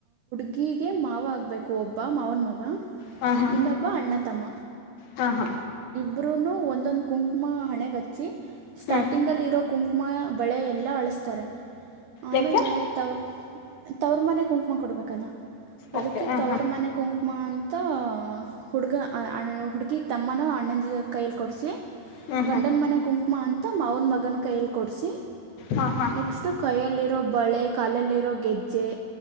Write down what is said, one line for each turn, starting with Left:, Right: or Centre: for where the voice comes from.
Right: ಹೀಗೆ ಮಾವ ಆಗ್ಬೇಕು ಒಬ್ಬ ಮಾವನ ಮಗ
Left: ಹಾ ಹಾ
Right: ಇನ್ನೊಬ್ಬ ಅಣ್ಣ ತಮ್ಮ.
Left: ಹಾ ಹಾ
Right: ಇಬ್ರೂನು ಒಂದೊಂದು ಕುಂಕುಮ ಹಣೆಗಚ್ಚಿ ಸ್ಟಾರ್ಟಿಂಗ್
Left: ಹ್ಞೂ
Right: ಅಲ್ಲಿ ಇರೋ ಕುಂಕುಮ ಬೆಳೆ ಎಲ್ಲ ಅಳಸ. <inaudible> ಆಮೇಲೆ
Left: ಯಾಕೆ
Right: ತವ್ರ ತವ್ರ ಮನೆ ಕುಂಕುಮ ಕೊಡ್ಬೇಕಲ್ಲ. ಅದಕ್ಕೆ
Left: ಓಕೆ ಹಾಂ
Right: ತವರ್
Left: ಹಾಂ
Right: ಮನೆ ಕುಂಕುಮ ಅಂತ. ಮತ್ತುಂತ ಹುಡುಗ ಅಣ್ಣ ಹುಡುಗಿ ತಮ್ಮನ ಅಣ್ಣನಂದ ಕೈಯಲ್ಲಿ ಕೊಡಿಸಿ.
Left: ಹ್ಞೂ ಹ್ಞೂ
Right: ಗಂಡನ ಮನೆ ಕುಂಕುಮಾ ಅಂತ ಮಾವನ ಮಗನ ಕೈಯಲ್ಲಿ ಕೊಡ್ಸಿ.
Left: ಹಾಂ ಹಾಂ
Right: ನೆಕ್ಸ್ಟು ಕೈಯಲ್ಲಿರೋ ಬಳೆ ಕಾಲಲ್ಲಿರೋ ಗೆಜ್ಜೆ.